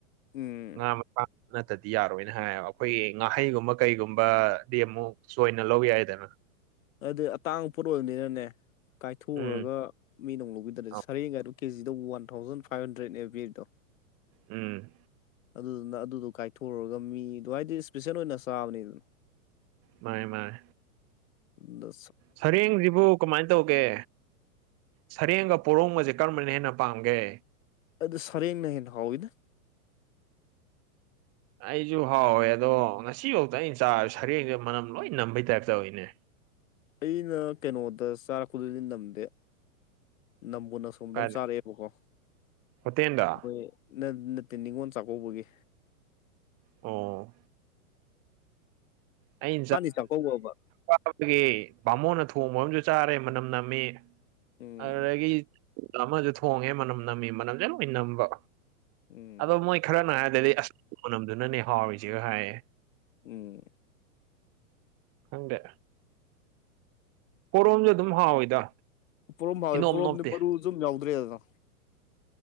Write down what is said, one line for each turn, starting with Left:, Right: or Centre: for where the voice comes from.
Left: ꯎꯝ
Right: ꯃꯄꯥ ꯅꯠꯇꯗꯤ ꯌꯥꯔꯣꯏꯅ ꯍꯥꯏꯌꯦꯕ ꯑꯩꯈꯣꯏꯒꯤ ꯉꯥꯍꯩꯒꯨꯝꯕ ꯀꯩꯒꯨꯝꯕꯗꯤ ꯑꯃꯨꯛ ꯁꯣꯏꯅ ꯂꯧ ꯌꯥꯏꯗꯅ
Left: ꯑꯗꯨꯗꯤ ꯑꯇꯥꯡꯕ ꯄꯣꯠ ꯑꯣꯏꯕꯅꯤꯅꯅꯦ ꯀꯥꯏꯊꯣꯛꯎꯔꯒ
Right: ꯎꯝ
Left: ꯃꯤꯗꯧ ꯂꯧꯕꯤꯗ꯭ꯔꯦ
Right: ꯑꯧ
Left: ꯁꯔꯦꯡꯒꯥꯏꯗꯨ ꯀꯦꯖꯤꯗꯕꯨ ꯋꯥꯟ ꯊꯥꯎꯖꯟ ꯐꯥꯏꯚ ꯍꯟꯗ꯭ꯔꯦꯠꯅꯦꯕ ꯄꯕꯤꯔꯤꯗꯣ
Right: ꯎꯝ
Left: ꯑꯗꯨꯗꯨꯅ ꯑꯗꯨꯗꯣ ꯀꯥꯏꯊꯣꯔꯨꯔꯒ ꯃꯤꯗꯨꯣ ꯍꯥꯏꯗꯤ ꯏꯁꯄꯤꯁꯦꯜ ꯑꯣꯏꯅ ꯆꯥꯕꯅꯦ ꯑꯗꯨꯅ
Right: ꯃꯥꯅꯦ ꯃꯥꯥꯏ
Left: ꯗ
Right: ꯁꯔꯦꯡ ꯔꯤꯔꯤꯕꯣꯛ ꯀꯃꯥꯏꯅ ꯇꯧꯒꯦ ꯁꯔꯦꯡꯒ ꯄꯣꯔꯣꯡꯒꯁꯦ ꯀꯔꯝꯕꯅ ꯍꯦꯟꯅ ꯄꯥꯝꯒꯦ
Left: ꯑꯗꯨ ꯁꯔꯦꯡꯅ ꯍꯦꯟꯅ ꯍꯥꯎꯋꯤꯗ
Right: ꯑꯩꯁꯨ ꯍꯥꯎꯋꯦ ꯑꯗꯣ ꯉꯁꯤꯐꯥꯎꯗ ꯑꯩꯅ ꯆꯥꯔ ꯁꯔꯦꯡꯁ ꯃꯅꯝ ꯂꯣꯏ ꯅꯝꯕꯩ ꯇꯥꯏꯞ ꯇꯧꯋꯤꯅꯦ
Left: ꯑꯩꯅ ꯀꯩꯅꯣꯗ ꯆꯥꯔꯛꯄꯗꯤꯗꯤ ꯅꯝꯗꯦ ꯅꯝꯕꯨ ꯅ ꯁꯣꯝꯗ
Right: ꯀꯥꯏꯗ
Left: ꯑꯃ ꯆꯥꯔꯛꯑꯦꯕꯀꯣ
Right: ꯍꯣꯇꯦꯜꯗ
Left: ꯑꯩꯣꯏ ꯅꯠꯇꯦ ꯅꯤꯉꯣꯜ ꯆꯥꯛꯀꯧꯕꯒꯤ
Right: ꯑ ꯑꯩ
Left: ꯃꯥꯅꯤ ꯆꯥꯛꯀꯧꯕꯕ
Right: ꯑꯗꯨꯒꯤ ꯕꯥꯃꯣꯟꯅ ꯊꯣꯡꯕꯝꯨ ꯆꯥꯔꯦ ꯃꯅꯝ ꯅꯝꯃꯤ
Left: ꯎꯝ
Right: ꯑꯗꯨꯗꯒꯤ ꯑꯃꯁꯨ ꯊꯣꯡꯉꯦ ꯃꯅꯝ ꯅꯝꯃꯤ ꯃꯅꯝꯁꯦ ꯂꯣꯏ ꯅꯝꯕ
Left: ꯎꯝ
Right: ꯑꯗꯣ ꯃꯣꯏ ꯈꯔꯅ ꯍꯥꯏꯔꯗꯗꯤ ꯑꯁ ꯃꯅꯝꯗꯨꯅꯅꯦ ꯍꯥꯎꯔꯤꯁꯤꯒ ꯍꯥꯏꯌꯦ
Left: ꯎꯝ
Right: ꯍꯪꯗꯦ ꯀꯣꯔꯣꯔꯣꯝꯁꯨ ꯑꯗꯨꯝ ꯍꯥꯎꯋꯤꯗ
Left: ꯄꯣꯔꯣꯝ ꯐꯥꯎꯋꯦ
Right: ꯏꯅꯣꯞ
Left: ꯄꯣꯔꯣꯝꯗꯤ
Right: ꯅꯣꯞꯇꯦ
Left: ꯃꯔꯨꯁꯨ ꯑꯗꯨꯝ ꯌꯥꯎꯗ꯭ꯔꯦꯗꯅ